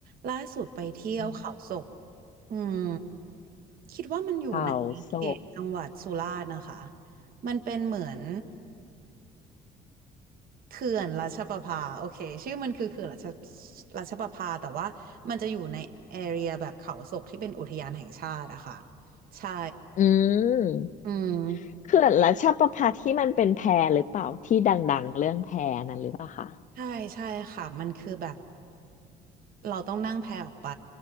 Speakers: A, on the right; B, on the left.
A: ล่าสุดไปเที่ยวเขาศก
B: อืม
A: อืมคิดว่ามันอยู่ในเขตจังหวัดสุราษฎร์นะคะ
B: เขาโศก
A: มันเป็นเหมือนเขื่อนราชประภาโอเคชื่อมันคือเขื่อนราชราชประภาแต่ว่ามันจะอยู่ในแอเรียแบบเขาศกที่เป็นอุทยานแห่งชาติอะค่ะใช่
B: อืม
A: อืม
B: เขื่อนรัชประภาที่มันเป็นแพหรือเปล่าที่ดังๆเรื่องแพนั้นหรือเปล่าคะ
A: ใช่ใช่ค่ะมันคือแบบเราต้องนั่งแพออกไป